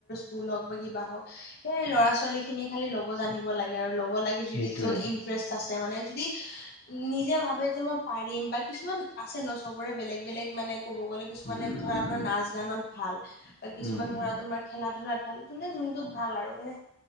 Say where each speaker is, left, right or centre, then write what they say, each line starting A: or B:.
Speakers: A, on the left; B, on the left.
A: কুল হওক বা কিবা হওক সয়াই ল'ৰা ছোৱালী খিনিয় খালী ল ব জানিব লাগে আৰু লগ'ব লাগে যদি
B: সেইটোৱে।
A: য'ত ইটাৰেষ্ট আছে মানে যদি নিজে ভাবে যে মই পাৰিম বা কিছুমান আছে ন' চব বেলেগ বেলেগ মানে ক'ব গ'লে কিছুমানে
B: উম,
A: ধৰা তোমাৰ নাচ-গানত ভাল। বা কিছুমান
B: উম, উম,
A: ধৰা তোমাৰ খেলা-ধূলাত ভাল যোনে যোনটোত ভাল আৰু মানে